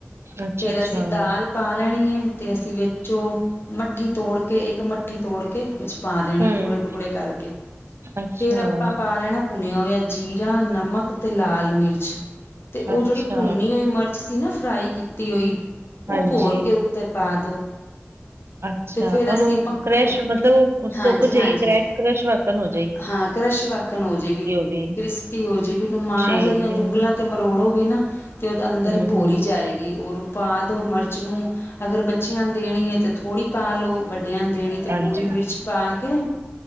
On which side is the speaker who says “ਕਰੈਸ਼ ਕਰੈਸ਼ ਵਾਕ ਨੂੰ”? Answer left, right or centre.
Right